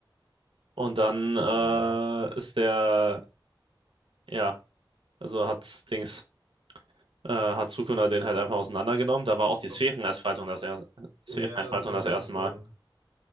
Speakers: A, on the right; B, on the right.
A: Und dann
B: Ja,
A: äh, ist der, ja, also hat Dings. äh, hat Sukuna den halt einfach auseinandergenommen. Da war
B: ich
A: auch die
B: glaube,
A: Sphärenentfaltung das, er Sphärenentfaltung
B: ja, das wollte
A: das
B: ich
A: erste
B: auch sagen.
A: Mal.